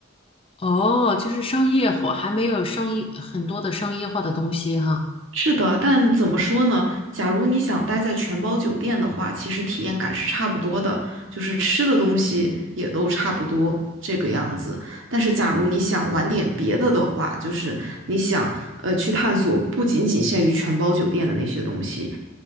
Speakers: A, on the left; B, on the right.
A: 哦，就是商业化，还没有商业很多的商业化的东西哈。
B: 是的，但怎么说呢？假如你想待在全包酒店的话，其实体验感是差不多的，就是吃的东西也都差不多这个样子。但是假如你想玩点别的的话，就是你想呃去探索不仅仅限于全包酒店的那些东西，